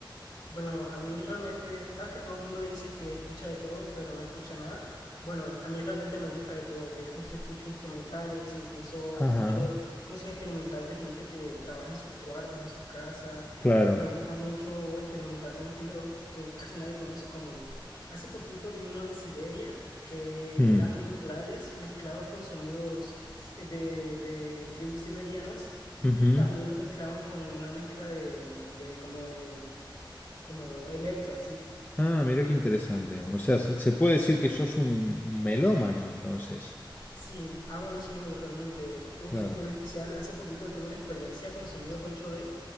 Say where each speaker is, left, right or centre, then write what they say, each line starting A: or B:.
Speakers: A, on the left; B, on the left.
A: Bueno, a mí realmente, sabes que todo el mundo dice que escucha de todo, pero no escucha nada. Bueno, a mí realmente me gusta de todo. Yo incluso escucho instrumentales, incluso
B: Ajá,
A: escucho música experimental de gente que trabaja en sus cuartos, en sus casas.
B: claro.
A: Me gusta mucho experimentar con géneros que casi nadie conoce, como hace poquito vi uno de Siberia que
B: Hmm,
A: eran guturales mezclados con sonidos de, de tribus siberianas
B: ujú.
A: y también lo mezclaban con una mezcla de, de como de como electro así.
B: Ah, mirá qué interesante. O sea, se se puede decir que sos un melómano, entonces.
A: Sí, amo los sonidos realmente. Uf,
B: Claro.
A: en especial hace poquito tuve una experiencia con sonidos 8D,